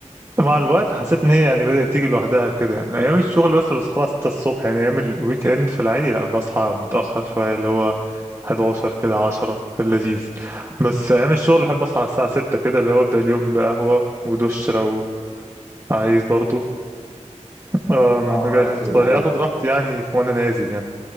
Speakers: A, on the right; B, in the centre.
A: مع الوقت حسيت ان هي يعني بدأت تيجي لوحدها كده يعني ايام الشغل بس بصحى الساعة 6 الصبح يعني ايام الويك اند في العادي لا بصحى متأخر شوية اللي هو 11 كده 10 في اللذيذ بس ايام الشغل احب اصحى على الساعة 6 كده اللي هو ابدأ اليوم بقهوة ودش لو عايز برضو أم،
B: اه
A: اجهز
B: اكيد
A: فطاري
B: ايوه
A: اخد راحتي يعني وانا نازل يعني